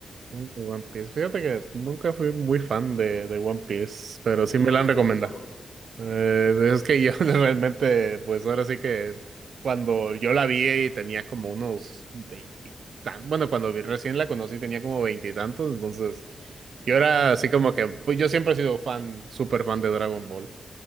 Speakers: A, on the right; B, on the left.
A: Mm, One Piece. Fíjate que nunca fui muy fan de, de One Piece, pero
B: ¿No
A: sí me
B: la
A: la
B: has visto
A: han recomendado.
B: ni de morro?
A: Eh, <laughs> es que yo <laughs> realmente, pues ahora sí que cuando yo la vi y tenía como unos veintitantos, bueno, cuando vi- recién la conocí tenía como veintitantos, entonces yo era
B: Mm.
A: así como que, pues yo siempre he sido fan, súper fan de Dragon Ball.